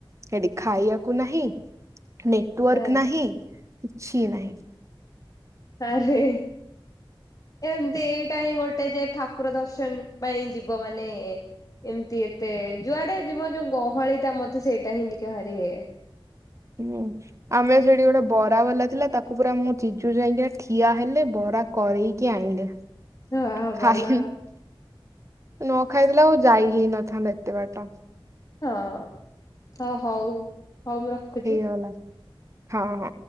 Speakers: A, on the right; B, on the left.
A: ସେଠି ଖାଇବାକୁ ନାହିଁ ନେଟୱାର୍କ
B: ଆରେ
A: ନାହିଁ କିଛି ନାହିଁ।
B: ଆରେ ଏମ୍ତି ଏଇଟା ହିଁ ଗୋଟେ ଯେ ଠାକୁର ଦର୍ଶନ ପାଇଁ ଯିବ ମାନେ ଏମ୍ତି ଏତେ ଯୁଆଡେ ଯିବ ଯୋଉ ଗହଳିଟା ମତେ ସେଇଟା ହିଁ ଟିକେ ଭାରି ଇଏ।
A: ହୁଁ। ଆମେ ସେଠି ଗୋଟେ ବରା ବାଲା ଥିଲା, ତାକୁ ପୁରା ମୋ ଜିଜୁ ଯାଇଁକିନା ଠିଆ ହେଲେ ବରା କରେଇକି ଆଇଁଲେ।
B: ହଁ
A: <unintelligible>
B: ଭଲ ଆଉ
A: ନ ଖାଇଥିଲେ ଆଉ ଯାଇ ହେଇନଥାନ୍ତା ଏତେ ବାଟ।
B: ହଁ ହ ହଉ ହଉ ମୁଁ ରଖୁଚି।
A: ହେଇଗଲା ହଁ ହଁ।